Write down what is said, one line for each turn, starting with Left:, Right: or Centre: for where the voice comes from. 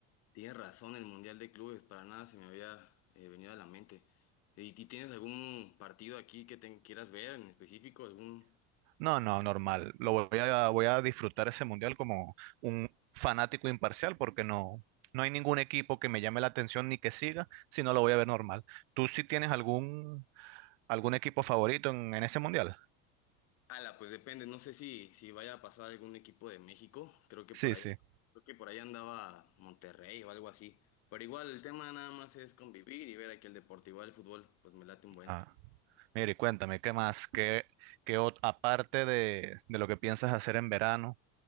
Left: Tienes razón, el Mundial de Clubes, para nada se me había eh, venido a la mente. ¿Y, y tienes algún partido aquí que te quieras ver en específico? ¿Algún?
Right: No, no, normal. Lo voy a, voy a disfrutar ese mundial como un fanático imparcial porque no, no hay ningún equipo que me llame la atención ni que siga, sino lo voy a ver normal. ¿Tú sí tienes algún, algún equipo favorito en, en ese mundial?
Left: Ala, pues depende, no sé si, si vaya a pasar algún equipo de México, creo que
Right: Sí,
Left: por ahí,
Right: sí.
Left: creo que por ahí andaba Monterrey o algo así. Pero igual el tema nada más es convivir y ver aquí el deporte, igual el fútbol, pues me late un buen.
Right: Ah, mire, cuéntame, ¿qué más? ¿Qué, qué ot- aparte de, de lo que piensas hacer en verano,